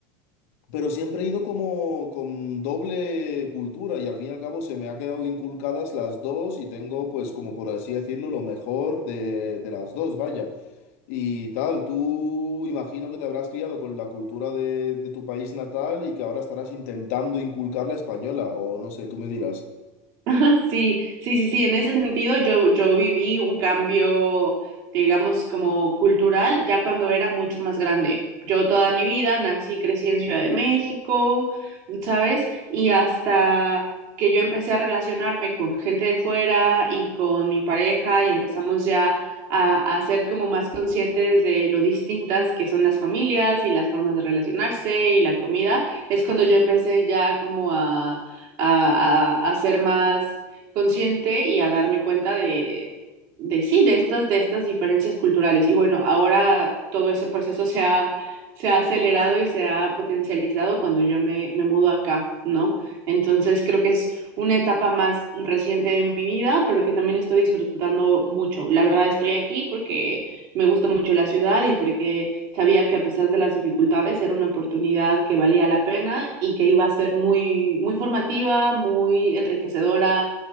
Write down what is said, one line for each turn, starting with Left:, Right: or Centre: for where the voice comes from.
Left: Pero siempre he ido como con doble cultura y al fin y al cabo se me ha quedado inculcadas las dos y tengo pues como por así decirlo lo mejor de, de las dos, vaya. Y tal, tú imagino que te habrás criado con la cultura de, de tu país natal y que ahora estarás intentando inculcar la española o no sé, tú me dirás.
Right: <laughs> Sí, sí, sí, sí, en ese sentido yo, yo viví un cambio, digamos, como cultural ya cuando era mucho más grande. Yo toda mi vida nací y crecí en Ciudad de México, ¿sabes? Y hasta que yo empecé a relacionarme con gente de fuera y con mi pareja y empezamos ya a, a ser como más conscientes de lo distintas que son las familias y las formas de relacionarse y la comida, es cuando yo empecé ya como a a, a- a ser más consciente y a darme cuenta de, de sí, de estas, de estas diferencias culturales. Y bueno, ahora todo ese proceso se ha, se ha acelerado y se ha potencializado cuando yo me, me mudo acá, ¿no? Entonces creo que es una etapa más reciente de mi vida, pero que también estoy disfrutando mucho. La verdad estoy aquí porque me gusta mucho la ciudad y porque Sabía que a pesar de las dificultades era una oportunidad que valía la pena y que iba a ser muy, muy formativa, muy enriquecedora